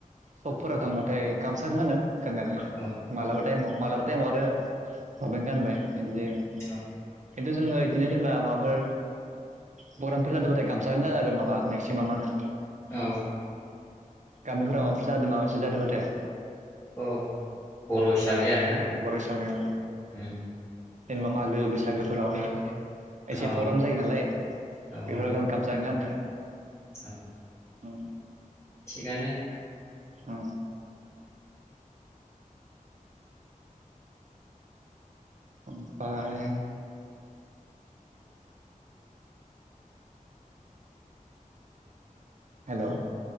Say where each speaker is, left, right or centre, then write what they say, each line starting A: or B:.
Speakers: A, on the right (about 60°); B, on the left (about 20°).
A: शकफोराव थांबाथाय गामसाखौनो गानो। गाननायालाय
B: औ
A: मालाबा टाइमाव। मालाबा थाइमाव आरो। गानबाय। एदि जायोम
B: औ
A: खिन्थु जोङो बिदिनो जेनेबा माबाफोर प्रग्रामफोर जादोंबाथाय गामसा ग जादों आरो माबा मेक्सिमामानो
B: औ।
A: गामिफोराव माबाफोर जादों माबासे जादोंबाथाय
B: औ बर' हिसाबै आरोना
A: बर हसाबायाव
B: उम
A: जेनेबा मागो बैसागो फोराव आरो। एसे
B: औ
A: प्रग्राम जायो नालाय
B: औ
A: बेफोर
B: औ
A: गान गामसा गानो
B: औ
A: औ।
B: थिगानो।
A: औ। ओमफ्राय हेलौ।